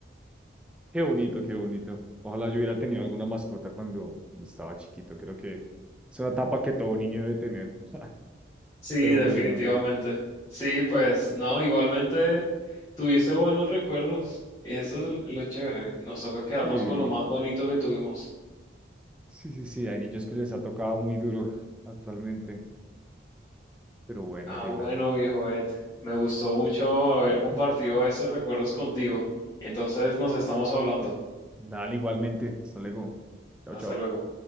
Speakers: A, in the centre; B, on the left.
A: Qué bonito, qué bonito. Ojalá yo hubiera tenido alguna mascota cuando estaba chiquito. Creo que es una etapa que todo niño debe tener. <laughs>
B: Sí,
A: Pero
B: definitivamente.
A: bueno,
B: Sí, pues no, igualmente tuviste buenos recuerdos. Y eso es lo chévere. Nos toca quedarnos
A: y-
B: con lo más bonito que tuvimos.
A: sí, sí, sí, hay niños que les ha tocado muy duro actualmente. Pero bueno,
B: Ah,
A: Taylor.
B: bueno, viejo Ed. Me gustó mucho
A: <clears throat>
B: haber compartido esos recuerdos contigo. Entonces nos estamos hablando.
A: Dale igualmente. Hasta luego. Chao,
B: Hasta
A: chao.
B: luego.